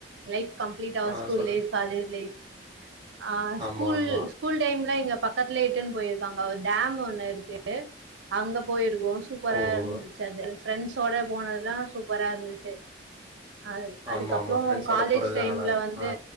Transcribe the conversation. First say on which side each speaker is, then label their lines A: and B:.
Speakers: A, on the right; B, on the right.
A: லைஃப் கம்ப்லீ்ட் அவர்
B: ஆ
A: ஸ்கூல்
B: சொல்லுங்க
A: ஃலைப் காலேஜ் லைஃப் அ
B: ஆமா
A: ஸ்கூல்
B: ஆமா
A: ஸ்கூல் டைம்ல க இங்க பக்கத்திலே இட்டுன்னு போயிருக்காங்க டேம் ஒண்ணு இருக்கு அங்க போயிருக் ஓ சூப்பரா
B: ஓஹோ
A: இருதுச்சி அது ஃபிரெண்சோடா போனதுல்லா சூப்பரா இருந்துச்சி அ
B: ஆமா
A: அதுக்கப்புறோ
B: ஆமா ஃப்ரெண்ட்ஸோட
A: காலேஜ்
B: போறதுதா
A: டைம்ல
B: நல்லா இருக்கும்.
A: வந்து
B: ஆ